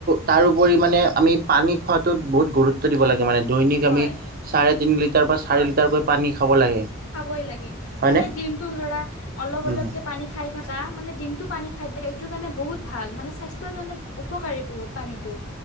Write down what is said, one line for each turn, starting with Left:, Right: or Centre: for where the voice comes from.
Right: তাৰোপৰি মানে আমি পানী খোৱাটোত বহুত গুৰুত্ব দিব লাগে মানে দৈনিক
Left: হয়।
Right: আমি চাৰে তিনি লিটাৰ বা চাৰি লিটাৰকৈ পানী খাব লাগে।
Left: খাবই লাগে
Right: হয়নে
Left: মানে দিনটো ধৰা অলপ
Right: উম
Left: অলপকে পানী খাই থাকা, মানে দিনটো পানী খাই থাকা এইটো কাৰণে বহুত ভাল মানে স্বাস্থ্যৰ কাৰণে উপকাৰী বহুত পানীতো,